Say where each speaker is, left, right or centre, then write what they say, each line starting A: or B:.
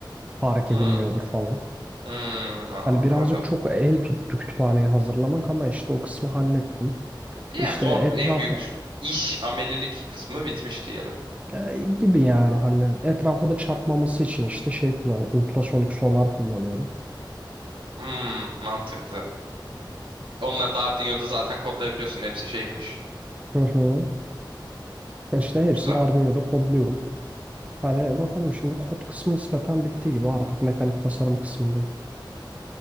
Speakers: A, on the right; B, on the right.
A: Fark
B: Hmm,
A: edilmiyordur falan.
B: hmm, a-
A: Hani
B: anladım.
A: birazcık çok el tuttu kütüphaneyi hazırlamak ama işte o kısmı hallettim.
B: Yani
A: İşte
B: zor
A: etrafa
B: en büyük iş amelilik kısmı bitmiş diyelim.
A: E, gibi yani hani etrafa da çarpmaması için işte şey kullanıyorum. Ultrasonik sonar kullanıyorum.
B: Hmm, mantıklı. Onları da Arduino'da zaten kodlayabiliyorsun. Hepsi şeymiş.
A: Hı hı. İşte hepsini
B: Güzel.
A: Arduino'da kodluyorum. Hani bakalım şimdi kod kısmı nispeten bittiği gibi artık mekanik tasarım kısmındayım.